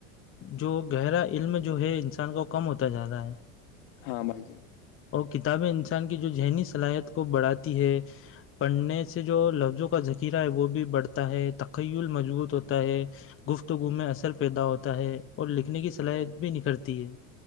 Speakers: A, on the left; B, on the left.
A: جو گہرا علم جو ہے انسان کو کم ہوتا جا رہا ہے
B: ہاں بائی جے
A: اور کتابیں انسان کی جو ذہنی صلاحیت کو بڑھاتی ہے پڑھنے سے جو لفظوں کا ذخیرہ ہے وہ بھی بڑھتا ہے تخیل مضبوط ہوتا ہے گفتگو میں اثر پیدا ہوتا ہے اور لکھنے کی
B: ہاں
A: صلاحیت
B: بھائی جان
A: بھی نکھرتی ہے